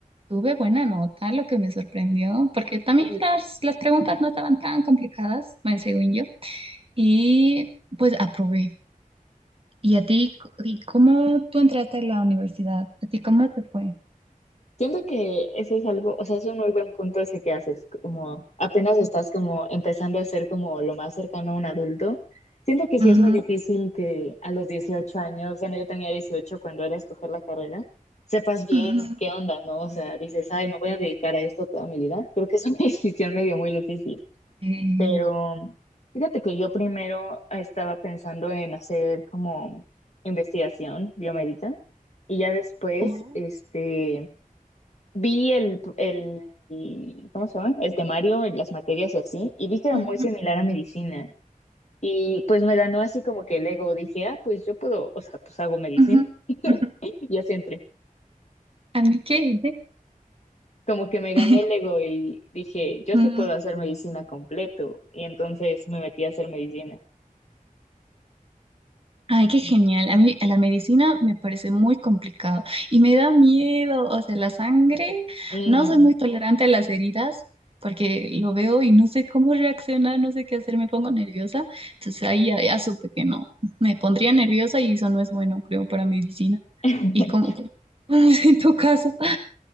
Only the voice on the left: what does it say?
Siento que eso es algo, o sea, es un muy buen punto ese que haces, como apenas estás como empezando a ser como lo más cercano a un adulto. Siento que sí
es muy difícil que a los 18 años, bueno, yo tenía 18 cuando era escoger la carrera, sepas bien
qué onda, ¿no? O sea, dices, ay, me voy a dedicar a esto toda mi vida. Creo que es una <laughs> decisión medio muy difícil,
pero fíjate que yo primero estaba pensando en hacer como investigación biomédica y ya después,
este Vi el, el, el- ¿cómo se llama? El temario, y las materias y así, y vi que era
muy similar a medicina. Y pues me ganó así como que el ego. Dije, ah, pues yo puedo, o sea, pues hago medicina.
<laughs> Y así entré.
Como que me ganó
el ego y dije, yo
sí puedo hacer medicina completo. Y entonces me metí a hacer medicina.
Mm.
<laughs>